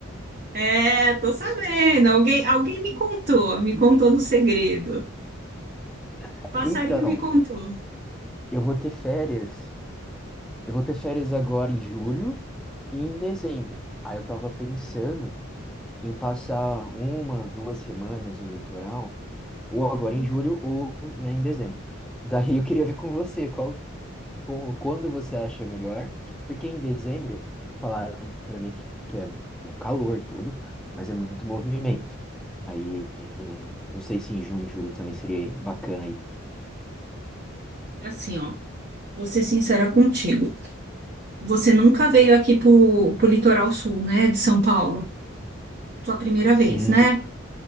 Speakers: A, on the right; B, in the centre.
A: é, tô sabendo. Alguém, alguém me contou, me contou no segredo.
B: <laughs>
A: Passarinho
B: Então,
A: me contou.
B: eu vou ter férias. Eu vou ter férias agora em julho e em dezembro. Aí eu tava pensando em passar uma, duas semanas no litoral, ou agora
A: Ele,
B: em julho, ou, né, em dezembro. Daí eu queria ver com você. Qual, com- quando você acha melhor, porque em dezembro falaram para mim que, que é, tem um calor tudo, mas é muito movimento. Aí, não sei se em junho e julho também seria bacana aí.
A: é assim, ó, vou ser sincera contigo. Você nunca veio aqui pro, pro litoral sul, né, de São Paulo? Sua primeira vez,
B: Hum,
A: né?